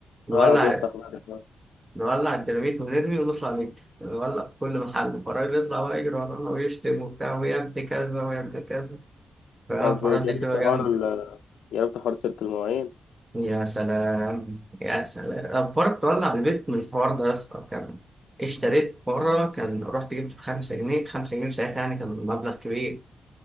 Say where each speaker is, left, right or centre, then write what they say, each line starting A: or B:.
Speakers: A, on the right (about 20°); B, on the left (about 85°).
A: نولع
B: اه بيفتح بعد كده
A: نولع الديناميت ونرمي ونطلع نجري نولع في كل محل فالراجل يطلع بقى يجري ورانا ويشتم وبتاع ويا ابن كذا ويا ابن كذا الحوارات
B: طب جربت
A: دي بتبقى
B: حوار
A: جامدة
B: ال... جربت حوار سلك المواعين
A: يا سلام يا سلام الفار تولع البيت من الحوار ده يا اسطى كان اشتريت مرة كان رحت جبت بخمسة جنيه خمسة جنيه في ساعتها يعني كان مبلغ كبير